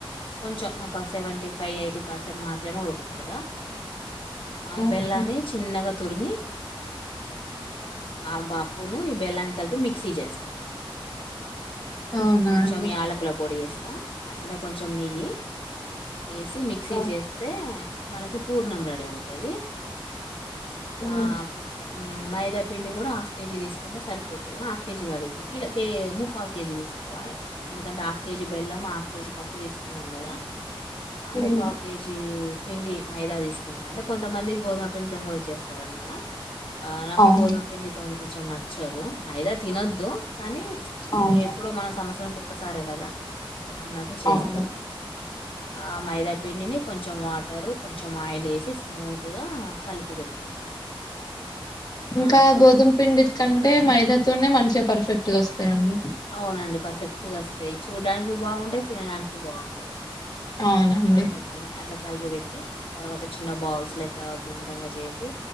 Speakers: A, on the left (about 70°); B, on the left (about 45°).
A: కొంచెం ఒక సెవెంటీ ఫైవ్ ఎయిటీ పర్సెంట్ మాత్రమే ఉడక పెడదా అ
B: ఓకే
A: బెల్లాన్ని చిన్నగా తురిమి ఆ బాప్పును ఈ బెల్లాన్ని కలిపి మిక్సీ చేస్ స్త
B: అవునా
A: కొంచెం
B: అండి
A: ఈ యాలకుల పొడి వేస్ స్తా అట్నే కొంచెం నెయ్యి యేసి మిక్సీ
B: ఆ
A: చేస్తే మనకు పూర్ణం రెడీ అవుతది
B: ఉమ్
A: ఆ మ్ మైద పిండి కూడా హఫ్ కేజీ తీసుకుంటే సరిపోతుంది హాఫ్ కేజీ కాదు కిలో కె ముప్పవ్ కేజీ తీసుకోవాలి ఎందుకంటే హాఫ్ కేజీ బెల్లం హాఫ్ కేజీ పప్పు తీసుకున్నాం కదా ఆ ముప్పావ్
B: ఉమ్
A: కేజీ పిండి మైదా తీసుకుంటా అంటె కొంతమంది గోధుమ పిండితో కూడా చేస్తారంట ఆ నాకు
B: అవును
A: గోధుమ పిండితోని కొంచెం నచ్చదు మైదా తినొద్దు కనీ
B: అవును
A: ఎప్పుడో మనం సంవత్సరాని ఒక్కసారే కదా అన్నట్టు చేస్తామ్
B: అవును
A: ఆ మైదాపిండిని కొంచెం వాటరు కొంచెం ఆయిల్ వేసి స్మూత్ గా కలిపి పెట్టుకుంటా
B: ఇంకా
A: ఆ కల్
B: గోధుమ్ పిండి కంటే మైదాతో నె మంచిగా పరుస్ పెట్టుకొస్తయండి
A: అవునండి పర్ఫెక్ట్ క్ట్ట గ వస్తయి చూడ్డానికి బాగుంటాయి తినడానికి బాగుంటాయి
B: అవునండి
A: అందుకని అట్ల కలిపి పెట్టి తర్వాత చిన్న బౌల్స్ లెక్క గుండ్రంగా చేసి